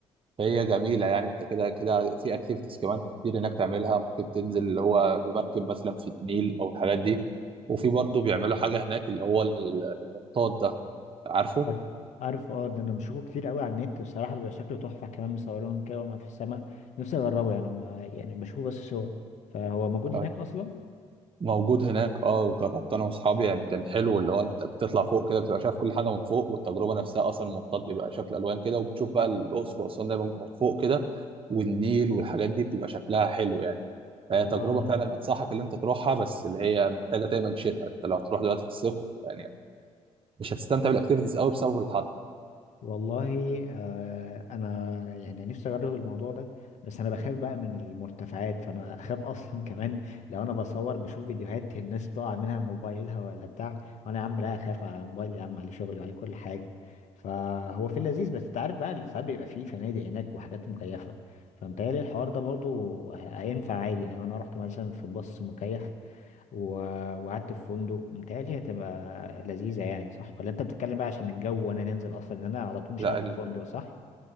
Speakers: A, on the right; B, on the left.
A: فهي جميلة يعني انت كده كده في اكتيفيتيز كمان كتير هناك تعملها ممكن تنزل اللي هو بمركب مثلا في النيل او الحاجات دي وفي برضه بيعملوا حاجة هناك اللي هو ال- المنطاد ده عارفه
B: عارف عارف اه ده انا بشوفه كتير قوي على النت بصراحه بيبقى شكله تحفه كمان مصورينهم كده وما في السماء نفسي اجربه يعني ما يعني بشوفه بس صور فهو موجود هناك
A: آه،
B: اصلا
A: موجود هناك اه وجربت انا واصحابي يعني كان حلو اللي هو انت بتطلع فوق كده بتبقى شايف كل حاجة من فوق والتجربة نفسها اصلا المنطاد بيبقى شكل الوان كده وبتشوف بقى الاقصر واسوان دايما من فوق كده والنيل والحاجات دي بتبقى شكلها حلو يعني
B: والله
A: هي تجربه فعلا انصحك اللي انت تروحها بس اللي هي محتاجه دايما شتاء انت لو تروح دلوقتي في الصيف يعني مش هتستمتع بالاكتيفيتيز قوي بسبب الحر
B: والله آه انا يعني نفسي اجرب الموضوع ده بس انا بخاف بقى من المرتفعات فانا اخاف اصلا <laughs> كمان لو انا بصور بشوف فيديوهات الناس بتقع منها من موبايلها ولا بتاع وانا يا عم لا اخاف على موبايل يا عم عليه شغلي وعليه كل حاجه فهو في اللذيذ بس انت عارف بقى ساعات بيبقى فيه فنادق هناك وحاجات مكيفه فمتهيألي الحوار ده برضو هينفع عادي يعني لو انا رحت مثلا في باص مكيف و... وقعدت في فندق متهيألي هتبقى لذيذة يعني صح ولا انت بتتكلم بقى عشان الجو وانا ننزل اصلا ان انا على طول مش
A: لا
B: قاعد
A: ال...
B: في فندق صح